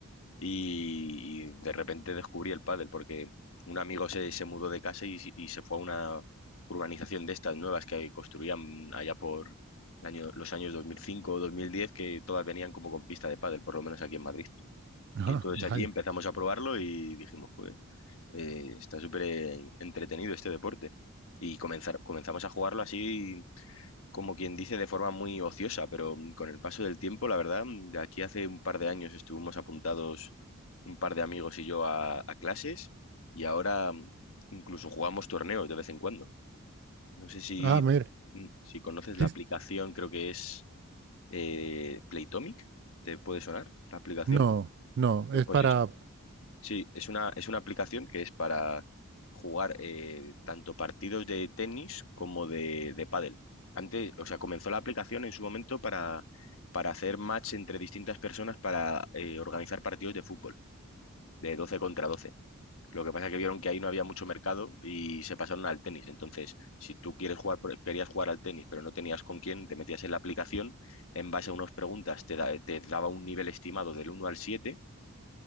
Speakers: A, on the left (about 70°); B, on the right (about 50°).
A: y, y de repente descubrí el pádel porque un amigo se, se mudó de casa y, y se fue a una urbanización de estas nuevas que construían allá por el año, los años 2005 o dos mil diez que todas venían como con pista de pádel, por lo menos aquí en Madrid.
B: Ah,
A: Y entonces
B: vaya.
A: allí empezamos a probarlo y dijimos, joder, eh, está súper eh, entretenido este deporte. Y comenzar, comenzamos a jugarlo así como quien dice, de forma muy ociosa, pero mm, con el paso del tiempo, la verdad, mm, de aquí hace un par de años estuvimos apuntados un par de amigos y yo a, a clases y ahora mm, incluso jugamos torneos de vez en cuando. No sé si,
B: Ah, mira.
A: mm, si conoces
B: Sí,
A: la aplicación, creo que es eh, Playtomic, ¿te puede sonar la aplicación?
B: No, no, es
A: Pues
B: para...
A: es Sí, es una, es una aplicación que es para jugar eh, tanto partidos de tenis como de, de pádel. Antes, o sea, comenzó la aplicación en su momento para, para hacer match entre distintas personas para eh, organizar partidos de fútbol, de 12 contra 12. Lo que pasa es que vieron que ahí no había mucho mercado y se pasaron al tenis. Entonces, si tú quieres jugar, por- querías jugar al tenis, pero no tenías con quién, te metías en la aplicación, en base a unas preguntas te, da- te daba un nivel estimado del uno al 7